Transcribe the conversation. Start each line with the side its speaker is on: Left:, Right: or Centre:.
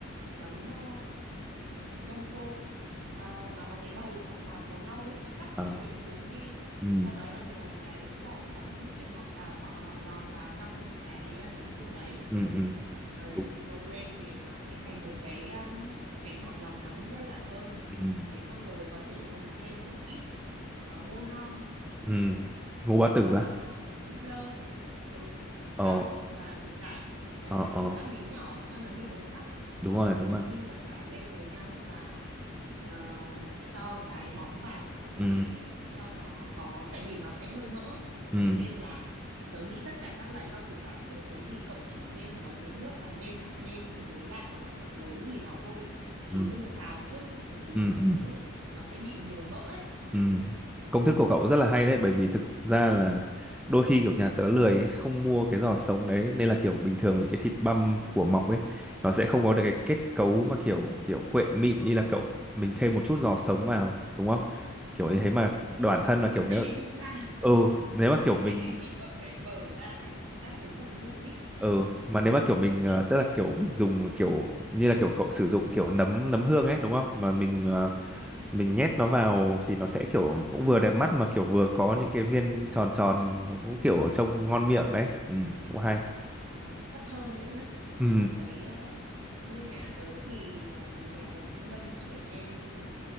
Right: nấm ờ, đông cô Ờ, nó có cái bầu tròn tròn màu nâu ấy cắt
Centre: ờ
Right: hết cái cuống đi
Centre: ừ
Right: sau đó là nhồi cái giò sống cái mọc vào hoặc là mọc giòn vào trong cái ờ, nấm hương đấy
Centre: ừ ừ
Right: rồi
Centre: đúng
Right: luộc lên thì nó sẽ thành một cái ờ, cái mọc giòn nấm rất là thơm
Centre: ừ
Right: thế xong rồi có thể dùng thêm một ít ờ, ngô non
Centre: ừ ngô bá
Right: ờ,
Centre: tử á
Right: súp lơ ừ
Centre: ờ
Right: cà rốt và củ cải à,
Centre: ờ
Right: cắt
Centre: ờ
Right: thành các miếng nhỏ cho nó nhiều màu sắc sau
Centre: đúng rồi
Right: rồi
Centre: đúng rồi
Right: ninh tất cả lên với nhau và ờ, cho cái bóng vào
Centre: ừ
Right: để cho nó có tại vì nó sẽ hơi mỡ
Centre: ừ
Right: thế nên là tớ nghĩ tất cả các loại rau củ cải trước đấy thì cậu chỉ nên nấu với nước và nêm hạt nêm với lại ờ, muối gì đó thôi chứ
Centre: ừ
Right: đừng xào trước nhé bởi vì
Centre: Ừ,
Right: nó
Centre: ừ,
Right: sẽ nó sẽ bị nhiều mỡ ấy
Centre: ừ. Công thức của cậu rất là hay đấy bởi vì thực ra là đôi khi kiểu nhà tớ lười ấy, không mua cái giò sống đấy nên là kiểu bình thường những cái thịt băm của mọc ấy nó sẽ không có được cái kết cấu mà kiểu kiểu quyện mịn như là cậu mình thêm một chút giò sống vào đúng không kiểu
Right: ừ.
Centre: như thế mà bản thân là kiểu
Right: nó sẽ
Centre: nếu
Right: bị bung ra <laughs> ừ
Centre: ừ nếu mà kiểu
Right: nó
Centre: mình
Right: sẽ thành bị bợ bệ bở ra thành các cái vụn vụn ý
Centre: ừ mà nếu mà kiểu mình
Right: không phải
Centre: ờ,
Right: đẹp mắt
Centre: tức là kiểu mình dùng kiểu như là kiểu cậu sử dụng kiểu nấm nấm hương ấy đúng không mà mình ờ,
Right: Ừ.
Centre: mình nhét nó vào thì nó sẽ kiểu cũng vừa đẹp mắt mà kiểu vừa có những cái viên tròn tròn nó cũng kiểu trông ngon miệng đấy ừ cũng hay
Right: mà nó cũng rất thơm đấy nhá
Centre: ừ
Right: tớ thấy ờ, như nhà tớ thì ờ, vì nhà tớ cũng đông trẻ em nên là